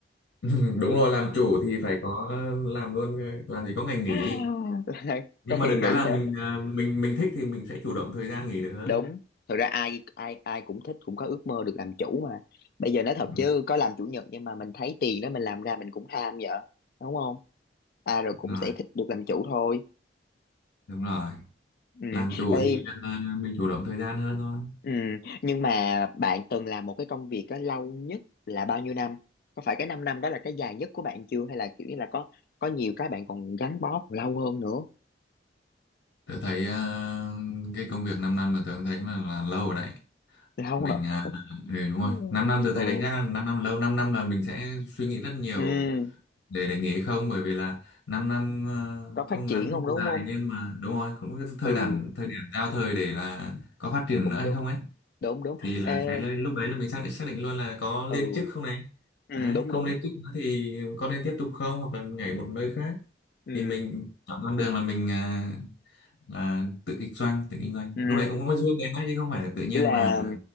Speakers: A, on the left; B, on the left.
A: <laughs> đúng rồi làm chủ thì phải có làm luôn làm gì có ngày nghỉ
B: <laughs> Là
A: nhưng
B: có
A: mà
B: ngày
A: được
B: nghỉ
A: cái là
B: hả
A: mình à, mình mình thích thì mình sẽ chủ động thời gian nghỉ được hơn
B: đúng thật ra ai ai ai cũng thích cũng có ước mơ được làm chủ mà bây giờ nói thật
A: đúng
B: chứ có làm chủ nhật nhưng mà mình thấy tiền đó mình làm ra mình cũng ham vậy đúng không ai rồi cũng
A: rồi
B: sẽ thích được làm chủ thôi
A: đúng rồi
B: ừ.
A: làm chủ
B: Ê,
A: thì à, mình chủ động thời gian hơn thôi
B: Ừ, nhưng mà bạn từng làm một cái công việc đó lâu nhất là bao nhiêu năm? Có phải cái 5 năm năm đó là cái dài nhất của bạn chưa hay là kiểu như là có có nhiều cái bạn còn gắn bó còn lâu hơn nữa?
A: tớ thấy à, cái công việc 5 năm mà tớ cũng thấy là, là lâu rồi đấy
B: Lâu
A: mình
B: hả?
A: à,
B: Ừ.
A: ừ, đúng
B: <laughs>
A: rồi 5 năm tớ
B: Ừ.
A: thấy đánh giá là 5 năm là lâu 5 năm là mình sẽ suy nghĩ rất nhiều
B: Ừ,
A: để để nghỉ hay không bởi vì là 5 năm à,
B: có
A: không
B: phát triển
A: ngắn không
B: không đúng
A: dài
B: không?
A: nhưng mà đúng rồi cũng cái thời
B: Ừ,
A: điểm thời điểm giao thời để là có phát triển
B: cũng
A: nữa hay
B: đúng.
A: không ấy
B: Đúng đúng.
A: thì là
B: Ê,
A: cái lên lúc đấy là mình xác định xác định luôn là có lên
B: ừ,
A: chức không này
B: ừ
A: đấy
B: đúng
A: không
B: đúng.
A: lên chức nữa thì có nên tiếp tục không hoặc là nhảy một nơi khác
B: Ừ,
A: thì mình chọn con đường là mình à, là tự kinh doanh tự kinh doanh
B: ừ.
A: lúc đấy cũng có duyên đến đấy chứ không phải là tự nhiên
B: Là
A: mà